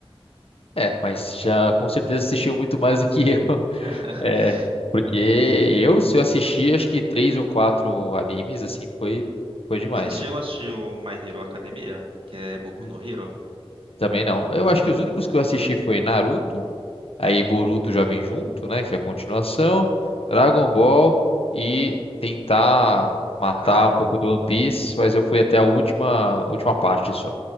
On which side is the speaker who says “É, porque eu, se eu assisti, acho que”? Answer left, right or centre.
Left